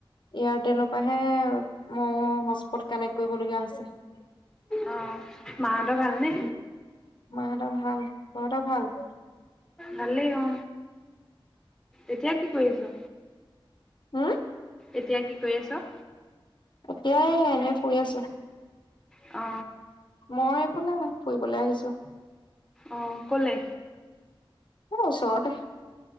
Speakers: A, on the left; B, in the centre.
A: এয়াৰটেলৰ পৰাহে মইও হচ পত কানেক্ট কৰিবলগীয়া হৈছে
B: অ মাহঁতৰ ভালনে
A: উ মাঁহতৰ ভাল তহঁতৰ ভাল
B: ভালেই অ এতিয়া কি কৰি আছা
A: হু
B: এতিয়া কি কৰি আছো
A: এতিয়াই এ এনে শুই আছো
B: অ
A: মই এইফালে ফুৰিবলৈ আহিছো
B: অ কলে
A: অ ওচৰতে